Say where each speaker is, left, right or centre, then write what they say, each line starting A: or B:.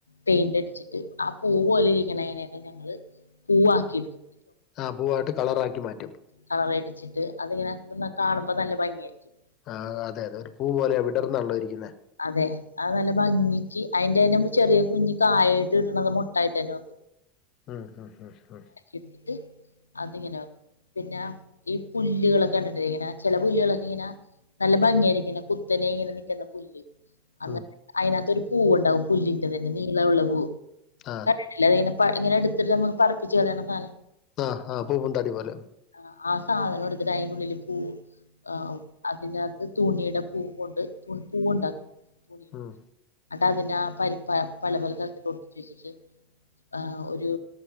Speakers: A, on the left; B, on the left.
A: പെയിന്റടിച്ചിട്ട് ആ പൂ പോലെ ഇരിക്കണീനന്നെ ഞങ്ങ ള് പൂവാക്കി ട്ക്കും
B: ആ പൂവായ്ട്ട് കളറാക്കി മാറ്റും
A: കളറടിച്ചിട്ട് അതിങ്ങനെ ന്ത കാണുമ്പോ നല്ല ഭംഗിയായ്രിക്കും
B: ആഹ് അതെ അതെ ഒരു പൂ പോലെ വിടർന്നാൺ ല്ലോ ഇരിക്ന്നേ
A: അതെ അത് നല്ല ഭംഗിക്ക് അയ്ന്റന്നെ ചെറിയ കുഞ്ഞി കായയ്ട്ട് കിട്ട്ണത് മുട്ടായ്ട്ടന്നെ വെക്കും
B: ഉം ഹും ഹും ഹും
A: എട്ത്തിട്ട് അതിങ്ങനെ വെക് പിന്ന ഈ പുല്ലുകളൊക്കെ കണ്ടിട്ടില്ലേ ങ്ങനെ ചെല പുല്ലകളൊക്കെങ്ങന നല്ല ഭംഗിയായിരിക്ണ കുത്തനെ ങ്ങനെ നിക്ക്ന്ന പുല്ല് അന്ന്
B: ഉം
A: അയ്നത്തൊരു പൂവുണ്ടാവും പുല്ലിന്റതന്നെ നീളവുള്ള പൂവ്
B: ആ
A: കണ്ടി ട്ടില്ലാ തിങ്ങണെ പ ഇങ്ങനെ എടുത്തിട്ട് നമ്മുക്ക് പറപ്പിച്ച് കളയണ സാനം
B: ആഹ് ആ പൂപ്പന്താടി പോലെ
A: ആഹ് ആ സാധനം എട്ത്തിട്ടയ്ന്റെുള്ളില് പൂവ് ആവും. അതിനാത്ത് തുണിടെ പൂ കൊണ്ട് പൂവ്ണ്ടാക്കും തുണി
B: ഉം
A: കൊണ്ട് അട്ടതിന്റാ പരി <inaudible> പല പല തരത്തിലൊട്ടിച്ചച്ചിട്ട് ആ ഒരു